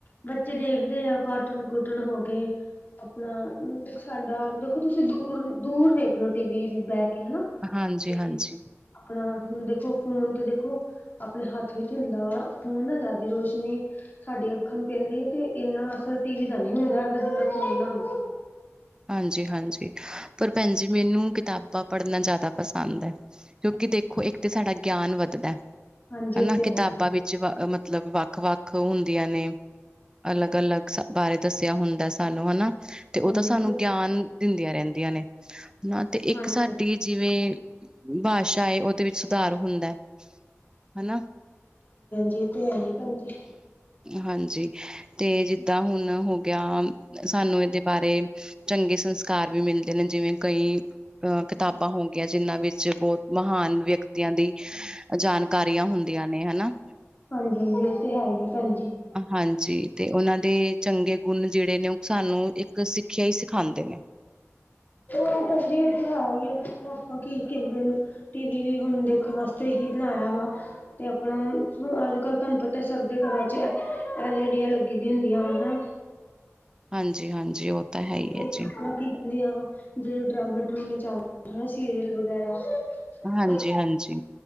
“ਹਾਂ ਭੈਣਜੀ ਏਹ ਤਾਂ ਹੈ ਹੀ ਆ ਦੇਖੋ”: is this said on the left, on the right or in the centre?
Left